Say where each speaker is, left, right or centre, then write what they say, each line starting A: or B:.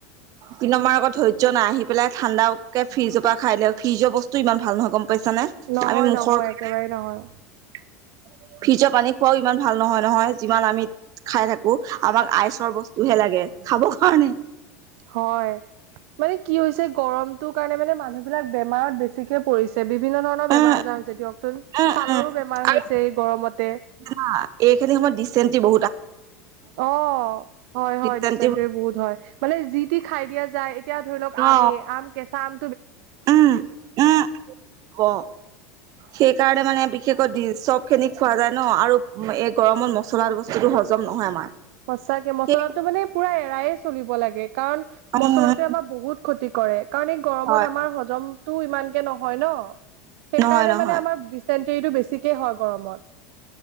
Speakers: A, on the right; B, on the right.
A: কিন্তু আমাৰ আক ধৈৰ্য নাই আহি পেলাই ঠাণ্ডাক কে ফ্ৰিজৰ পৰা খাই লও ফ্ৰিজৰ বস্তুও ইমান ভাল নহয় গম পাইছা নে
B: নহয়
A: আমি মুখৰ
B: নহয়
A: কাৰণে
B: একেবাৰে নহয়।
A: <unintelligible> ফ্ৰিজৰ পানী খোৱাও ইমান ভাল নহয় নহয় যিমান আমি খাই থাকো আমাক আইচৰ বস্তু হে লাগে খাব কাৰণে
B: হয় মানে কি কি হৈছে গৰমটোৰ কাৰণে মানে মানুহবিলাক বেমাৰত বেছিকে পৰিছে বিভ বিভিন্ন ধৰণৰ
A: উম
B: বেমাৰ আজাৰ হৈছে দিয়কচোন
A: উম
B: ছালৰো
A: উম
B: বেমাৰ
A: আৰু
B: হৈছে এই গৰমতে
A: হা এইখিনি সময়ত দিচেণ্টি বহ
B: অহ হয় হয়
A: ডিচেণ্টি
B: ডিচেণ্টেৰি বহুত হয় মানে যি টি খাই দিয়া যায় এতিয়া ধৰি লওঁক
A: অ
B: আমে আম কেঁচা আম
A: উম উম ব সেইকাৰণে মানে বি বিশেষকৈ দি চবখিনি খোৱা যায় ন আৰু এই গৰমত মছলা বস্তুটো হজম নহয় আমাৰ
B: সচাঁকে মছলাটো
A: সেই
B: মানে পুৰা এৰায়ে চলিব লাগে কাৰণ মছলাটোৱে
A: উম
B: আমাৰ বহুত ক্ষতি কৰে কাৰণ এই গৰমত
A: হয়
B: আমাৰ হজমটো ইমানকে নহয় ন সেইকাৰণে
A: নহয় নহয়
B: মানে আমাৰ ডিচেন্টেৰীটো বেছিকে হয় গৰমত